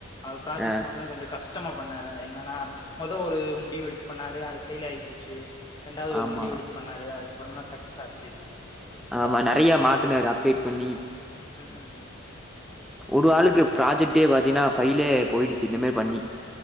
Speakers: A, on the left; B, in the centre.
A: அவர் ப்ராஜெக்ட்
B: அ
A: பண்ணும்போ கொஞ்சோ கஷ் ட்டமா பண்ணாரு என்னன்னா மொத ஒரு முடிவு எடுத்து பண்ணாரு அது ஃபெயில் ஆயிப்போச்சு ரெண்டாவ்து ஒரு
B: ஆமா,
A: முடிவு எடுத்து பண்ணாரு அதுக்கப்றோந்தா சக்சஸ் ஆச்சு அவர்
B: ஆமா
A: கொஞ்சம்
B: நறைய
A: கஷ்டமா
B: மாத்துனாரு
A: தான் பண்ணாரு
B: அப்டேட் பண்ணி
A: ம் ம்
B: ஒரு ஆளுக்கு ப்ராஜக்டே பாத்தீன்னா ஃபைலே போயிடுச்சி இந்த மாரி பண்ணி